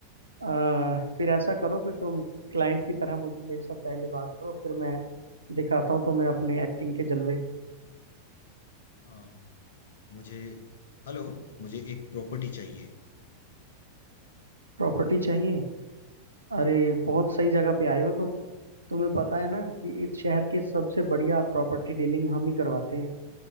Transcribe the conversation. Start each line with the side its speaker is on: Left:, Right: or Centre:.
Right: आ, फिर ऐसा करो फिर तुम क्लाइंट की तरह मुझ मेरे साथ पहले बात करो फिर मैं दिखाता हूँ तुम्हें अपने एक्टिंग के जलवे
Left: हाँ मुझे हेलो मुझे एक प्रॉपर्टी चाहिए
Right: प्रॉपर्टी चाहिए
Left: हाँ
Right: अरे बहुत सही जगह पे आए हो तुम तुम्हें पता है ना कि इस शहर के सबसे बढ़िया प्रॉपर्टी डीलिंग हम ही करवाते हैं